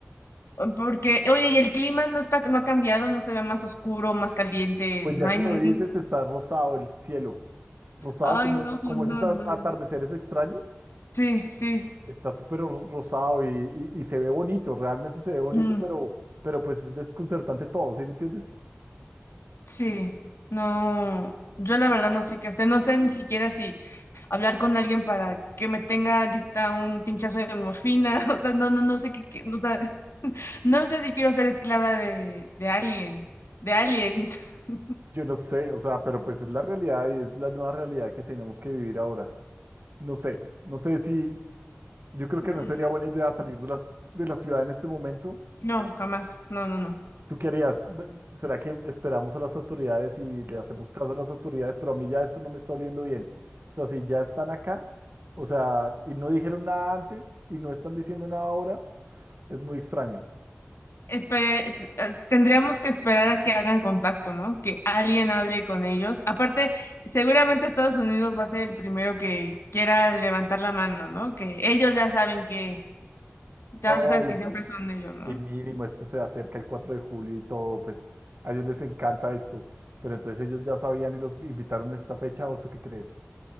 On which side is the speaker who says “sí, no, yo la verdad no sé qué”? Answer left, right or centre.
Left